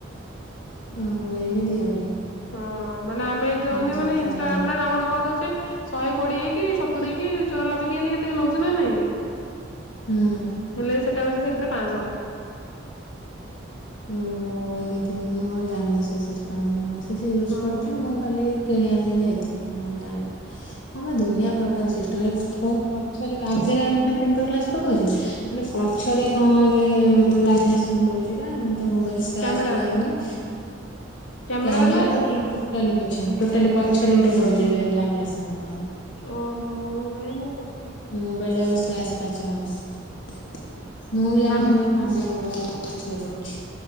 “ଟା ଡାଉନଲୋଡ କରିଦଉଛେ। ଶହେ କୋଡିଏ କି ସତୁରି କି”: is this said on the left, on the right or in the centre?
Left